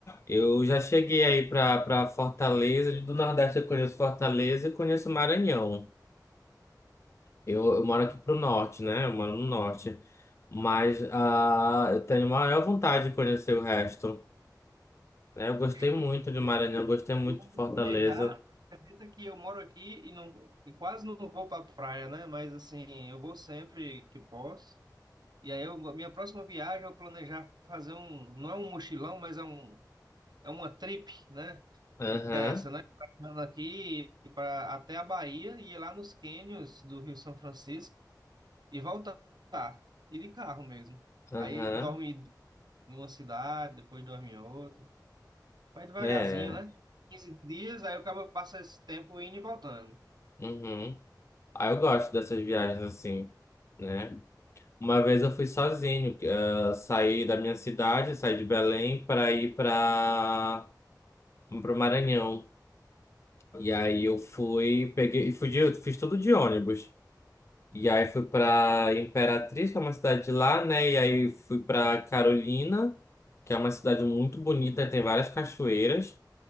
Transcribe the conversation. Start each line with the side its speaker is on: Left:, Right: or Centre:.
Left: Eu já cheguei aí pra, pra Fortaleza. Do Nordeste eu conheço Fortaleza e conheço Maranhão. Eu, eu moro
Right: Né?
Left: aqui pro Norte, né? Eu moro no Norte. Mas ah, eu tenho a maior vontade de conhecer o resto. É, Eu gostei
Right: Oxe, muito
Left: muito de
Right: bom.
Left: Maranhão, gostei muito
Right: Eu vou
Left: de
Right: me
Left: Fortaleza.
Right: planejar. Acredita que eu moro aqui e, não, e quase não vou para praia, né? Mas assim, eu vou sempre que posso. E aí, eu, minha próxima viagem, eu planejar fazer um, não é um mochilão, mas é um, é uma trip, né?
Left: Aham,
Right: Dessa, né? Passando Aqui para até a Bahia e ir lá nos cânions do Rio São Francisco. e voltar e de carro mesmo.
Left: aham.
Right: Aí dorme em uma cidade, depois dorme em outra. Vai devagarzinho,
Left: É.
Right: né? quinze dias, aí o cara passa esse tempo indo e voltando.
Left: Uhum. Ah, eu gosto dessas viagens assim, né? Uma vez eu fui sozinho, eh, saí da minha cidade, saí de Belém para ir para o Maranhão. E aí eu fui, peguei, e fui de, fiz tudo de ônibus. E aí fui para Imperatriz, que é uma cidade de lá, né? E aí fui para Carolina, que é uma cidade muito bonita, tem várias cachoeiras.